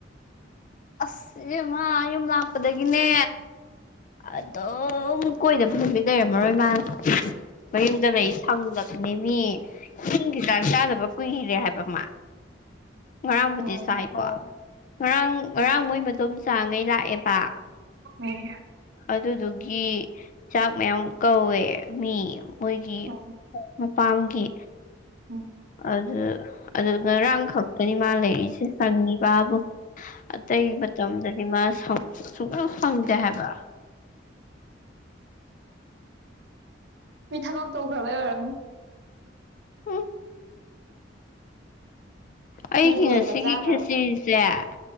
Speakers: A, on the left; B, on the right.
A: ꯑꯁ ꯏꯕ‌ꯦꯝꯃꯥ ꯌꯨꯝ ꯂꯥꯛꯄꯗꯒꯤꯅꯦ ꯑꯗꯨꯝ ꯀꯣꯏꯗꯕ ꯅꯨꯃꯤꯠ ꯂꯩꯔꯝꯃꯔꯣꯏ ꯃꯥꯅ ꯃꯌꯨꯝꯗ ꯂꯩ ꯁꯪꯗꯕꯅꯦꯃꯤ ꯌꯨꯝꯒꯤ ꯆꯥꯛ ꯆꯥꯗꯕ ꯀꯨꯏꯔꯦ ꯍꯥꯏꯕ ꯃꯥ ꯉꯔꯥꯡꯕꯨꯗꯤ
B: ꯎꯝ
A: ꯆꯥꯏꯀꯣ ꯉꯔꯥꯡ ꯉꯔꯥꯡ ꯃꯣꯏ ꯃꯗ‌ꯣꯝ ꯆꯥꯡꯉꯩ ꯂꯥꯛꯑꯦꯕ
B: ꯎꯝ
A: ꯑꯗꯨꯗꯨꯒꯤ ꯆꯥꯛ ꯃꯌꯥꯝ ꯀꯧꯋꯦ ꯃꯤ ꯃꯣꯏꯒꯤ
B: ꯎꯝ
A: ꯃꯄꯥꯝꯒꯤ
B: ꯑꯣ
A: ꯑꯗꯨ ꯑꯗꯨ ꯉꯔꯥꯡ ꯈꯛꯇꯅꯤ ꯃꯥ ꯂꯩꯔꯤꯁꯦ ꯁꯪꯉꯤꯕꯥꯕꯨ ꯑꯇꯩ ꯃꯇꯝꯗꯗꯤ ꯃꯥ ꯁꯪ ꯁꯨꯡꯁꯪ ꯁꯪꯗꯦ ꯍꯥꯏꯕ
B: ꯃꯤ ꯊꯕꯛ ꯇꯧꯈ꯭ꯔꯕꯩ ꯑꯣꯏꯔꯝꯅꯤ
A: ꯎꯝ ꯑꯩꯒꯤ
B: ꯃꯤ ꯇꯣꯂꯣꯞꯀ
A: ꯉꯁꯤꯒꯤ
B: ꯆꯥꯈ꯭ꯔꯕꯅꯤ
A: ꯈꯦꯆꯔꯤꯁꯦ ꯑ